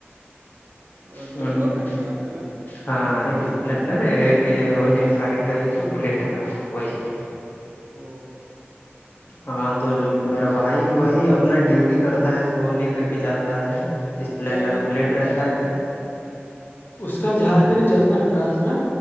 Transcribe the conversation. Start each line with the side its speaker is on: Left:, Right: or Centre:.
Right: اور
Left: ہوں
Right: دو دو گاڑی ہے آپ کے گھر میں
Left: ہاں ایک اسپلینڈر ہے ایک رائل انفائلڈ کا یہ جو بلیٹ ہے نا وہی ہے
Right: او <inaudible>
Left: ہاں تو جو میرا بھائی وہی اب اپنا ڈیوٹی کرتا ہے تو وہ لے کر کے جاتا ہے اسپلینڈر
Right: کیا ڈیوٹی
Left: بلیٹ
Right: کرتا
Left: رہتا ہے تو اس کا جھارکھنڈ چتنا وکاس میں